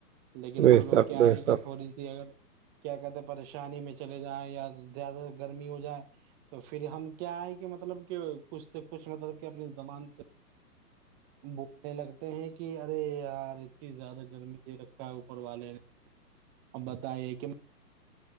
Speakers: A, on the right (about 15°); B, on the right (about 50°).
A: لیکن
B: بے
A: ہم لوگ
B: شک
A: کیا
B: بے
A: ہے کہ
B: شک
A: تھوڑی سی اگر کیا کہتے ہیں پریشانی میں چلے جائیں یا زیادہ گرمی ہو جائے تو پھر ہم کیا آئے کہ مطلب کہ کچھ سے کچھ مطلب کہ اپنی زبان سے بولنے لگتے ہیں کہ ارے یار اتنی زیادہ گرمی دے رکھا ہے اوپر والے نے اب بتائیے کہ